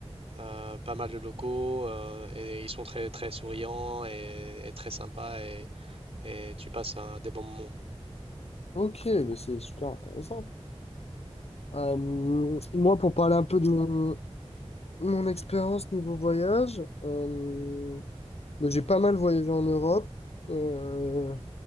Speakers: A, on the right; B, on the left.
A: euh, pas mal de locaux euh, et ils sont très, très souriants et, et très sympas et, et tu passes un- des bons moments.
B: Ok, mais c'est super intéressant. Euh, moi, pour parler un peu de mon, mon expérience niveau voyage, euh, bah, j'ai pas mal voyagé en Europe, euh,